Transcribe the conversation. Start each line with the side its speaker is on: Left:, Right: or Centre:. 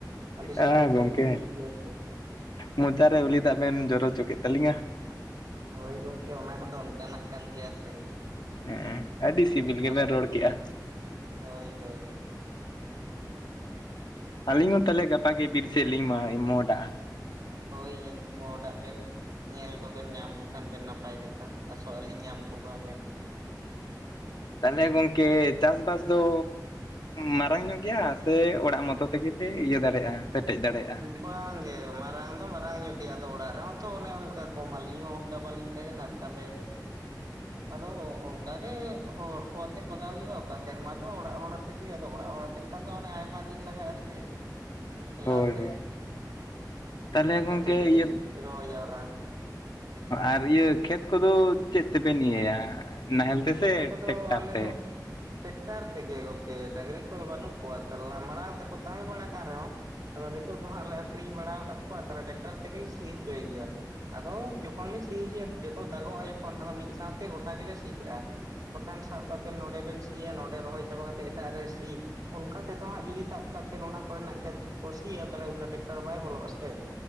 Right: ᱟᱹᱰᱤ ᱥᱤᱵᱤᱞ
Left: ᱟ
Right: ᱥᱟᱺᱦᱤᱡ
Left: ᱜᱚᱢᱠᱮ
Right: ᱜᱮᱞᱤᱧ ᱵᱩᱡᱷᱟᱹᱣ ᱠᱮᱜᱼᱟ
Left: ᱢᱚᱪᱟᱨᱮ ᱩᱞᱤ ᱫᱟᱜ ᱵᱮᱱ ᱡᱚᱨᱚ ᱦᱚᱪᱚ ᱠᱮᱫ ᱛᱟᱞᱤᱧᱟ᱾
Right: ᱦᱳᱭ ᱜᱚᱝᱠᱮ ᱚᱱᱟ ᱠᱚᱫᱚ ᱚᱱᱠᱟᱱᱟᱜ ᱠᱟᱱ ᱜᱮᱭᱟ ᱥᱮ᱾
Left: ᱦᱮᱸ ᱟᱹᱰᱤ ᱥᱤᱵᱤᱞ
Right: ᱟᱸᱥ
Left: ᱜᱮᱵᱮᱱ
Right: ᱫᱚ
Left: ᱨᱚᱲ
Right: ᱵᱩᱡᱷᱟᱹᱜ
Left: ᱠᱮᱜᱼᱟ᱾
Right: ᱜᱮ ᱦᱳᱭ ᱦᱳᱭ᱾
Left: ᱟᱹᱞᱤᱧ ᱦᱚᱸ ᱛᱟᱦᱚᱞᱮ ᱜᱟᱯᱟᱜ ᱜᱮ ᱵᱤᱨ ᱥᱮᱫ ᱞᱤᱧ ᱢᱟ ᱢᱚᱦᱰᱟᱜ-ᱟ᱾
Right: ᱦᱳᱭ ᱢᱳᱰᱟᱜ ᱵᱮᱱ᱾ ᱧᱮᱞ ᱠᱚᱵᱮᱱ ᱧᱟᱢ ᱠᱚ ᱠᱷᱟᱱ ᱵᱮᱱ ᱱᱟᱯᱟᱭ ᱠᱟᱛᱷᱟ ᱟᱥᱚᱜ ᱟᱹᱞᱤᱧ ᱧᱟᱢ ᱠᱚᱣᱟᱵᱮᱱ᱾
Left: ᱛᱟᱦᱚᱞᱮ ᱜᱚᱝᱠᱮ ᱪᱟᱥᱵᱟᱥ ᱫᱚ? ᱢᱟᱨᱟᱝ ᱧᱚᱜ ᱜᱮᱭᱟ ᱥᱮ ᱚᱲᱟᱜ ᱢᱚᱛᱚ ᱛᱮᱜᱮ ᱯᱮ ᱤᱭᱟᱹ ᱫᱟᱲᱮᱭᱟᱜᱼᱟ ᱥᱮᱴᱮᱡ ᱫᱟᱲᱮᱭᱟᱜᱼᱟ?
Right: ᱵᱟᱝᱜᱮ ᱢᱟᱨᱟᱝ ᱫᱚ ᱢᱟᱨᱟᱝ ᱧᱚᱜ ᱜᱮᱭᱟ ᱟᱫᱚ ᱚᱲᱟᱜ ᱨᱮᱦᱚᱸ ᱛᱚ ᱚᱱᱮ ᱚᱱᱠᱟ ᱠᱚᱢ ᱟᱹᱞᱤᱧ ᱦᱚᱸ ᱚᱱᱠᱟ ᱵᱟᱞᱤᱧ ᱛᱟᱦᱮᱱᱟ ᱛᱟᱦᱚᱞᱮ
Left: <inaudible>
Right: ᱟᱫᱚ ᱚᱱᱠᱟᱜᱮ ᱦᱚᱲ ᱠᱚ ᱟᱛᱮᱫ ᱵᱟᱜᱟᱣ ᱦᱩᱭᱩᱜᱼᱟ, ᱚᱠᱟ ᱥᱮᱨᱢᱟ ᱫᱚ ᱚᱲᱟᱜ ᱦᱚᱲ ᱟᱛᱮᱫ ᱜᱮ ᱟᱫᱚ ᱚᱲᱟᱜ ᱦᱚᱲ ᱟᱛᱮᱫ᱾ ᱠᱷᱟᱱ ᱫᱚ ᱚᱱᱮ ᱟᱭᱢᱟ ᱫᱤᱱ ᱞᱟᱜᱟᱜᱼᱟ ᱥᱮ ᱮᱠᱞᱟᱛᱮ
Left: ᱦᱳᱭ ᱦᱳᱭ ᱛᱟᱦᱚᱞᱮ ᱜᱚᱝᱠᱮ
Right: ᱠᱟᱹᱴᱤᱡ ᱠᱟᱹᱴᱤᱡ
Left: ᱤᱭᱟᱹ
Right: ᱨᱚᱦᱚᱭ ᱡᱟᱣᱨᱟ
Left: ᱟᱨ ᱤᱭᱟᱹ ᱠᱷᱮᱛ ᱠᱚᱫᱚ ᱪᱮᱫ ᱛᱮᱵᱮᱱ ᱤᱭᱟᱹᱭᱟ ᱱᱟᱦᱮᱞ ᱛᱮᱥᱮ
Right: ᱠᱷᱮᱛ ᱠᱚᱫᱚ
Left: ᱴᱮᱠᱴᱟᱨ
Right: ᱟᱞᱮ
Left: ᱛᱮ᱾
Right: ᱫᱚ ᱴᱮᱠᱴᱟᱨ ᱛᱮᱜᱮ ᱜᱚᱢᱠᱮ ᱰᱟᱺᱝᱨᱤ ᱠᱚ ᱵᱟᱹᱱᱩᱜ ᱠᱚᱣᱟ ᱛᱟᱦ ᱢᱟᱨᱟᱝ ᱛᱮᱠᱚ ᱛᱟᱦᱮᱸ ᱵᱟᱲᱟ ᱠᱟᱱ ᱨᱮᱦᱚᱸ ᱟᱫᱚ ᱱᱤᱛᱚᱜ ᱫᱚ ᱦᱟᱸᱜ ᱞᱮ ᱟᱠᱷᱨᱤᱧ ᱵᱟᱲᱟ ᱟᱠᱟᱫ ᱠᱚᱣᱟ ᱛᱟᱦᱚᱞᱮ ᱴᱮᱠᱴᱟᱨ ᱛᱮᱜᱮᱞᱮ ᱥᱤ ᱦᱚᱪᱚᱭ ᱜᱮᱭᱟ ᱟᱫᱚ ᱡᱚᱠᱷᱚᱱ ᱞᱮ ᱥᱤ ᱦᱚᱪᱚᱭᱟ ᱡᱚᱛᱚ ᱫᱟᱜᱚᱜᱼᱟ ᱡᱚᱠᱷᱚᱱ ᱟᱫᱚ ᱢᱤᱫ ᱥᱟᱶᱛᱮ ᱜᱚᱴᱟ ᱜᱮᱞᱮ ᱥᱤ ᱠᱟᱜᱼᱟ ᱵᱟᱠᱷᱟᱱ ᱥᱟᱵ ᱠᱟᱜ ᱵᱮᱱ ᱱᱚᱰᱮ ᱵᱮᱱ ᱥᱤᱭᱟ ᱱᱚᱰᱮ ᱨᱚᱦᱚᱭ ᱪᱟᱵᱟ ᱠᱟᱛᱮ ᱮᱴᱟᱜ ᱨᱮ ᱥᱤ ᱚᱱᱠᱟ ᱛᱮᱫᱚ ᱦᱟᱸᱜ ᱡᱩᱫᱤ ᱥᱟᱵ ᱠᱟᱜ ᱵᱮᱱ ᱚᱱᱟ ᱠᱚᱨᱮᱱᱟᱜ ᱠᱷᱮᱛ ᱠᱚᱥᱤᱭᱟ ᱛᱟᱦᱞᱮ ᱩᱱ ᱫᱚ ᱴᱮᱠᱴᱟᱨ ᱵᱟᱭ ᱵᱚᱞᱚᱜᱼᱟ ᱥᱮ᱾